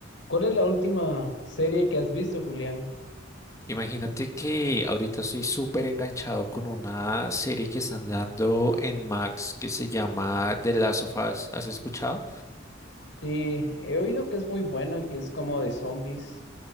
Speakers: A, on the left; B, on the left.
A: ¿Cuál es la última serie que has visto, Julián?
B: Imagínate que ahorita estoy súper enganchado con una serie que están dando en Max que se llama The Last of Us. ¿Has escuchado?
A: Sí, he oído que es muy buena, que es como de zombies.